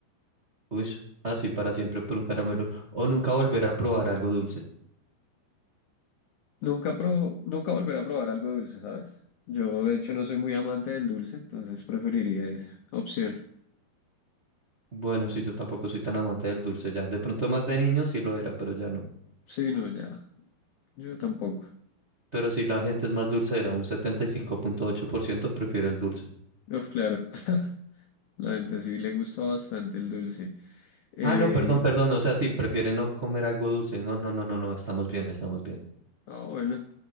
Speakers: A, on the right; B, on the left.
A: Uy, así para siempre por un caramelo. O nunca volver a probar algo dulce.
B: Nunca, pro, nunca volveré a probar algo dulce, ¿sabes? Yo, de hecho, no soy muy amante del dulce, entonces preferiría esa opción.
A: Bueno, sí, yo tampoco soy tan amante del dulce ya. De pronto más de niño sí lo era, pero ya no.
B: Sí, no, ya. Yo tampoco.
A: Pero si la gente es más dulce, era un setenta y cinco punto ocho por ciento prefiere el dulce.
B: Uf, claro. <laughs> La gente sí le gusta bastante el dulce. Eh,
A: Ah, no, perdón, perdón. O sea, sí, prefiere no comer algo dulce. No, no, no, no, no, estamos bien, estamos bien.
B: ah, bueno,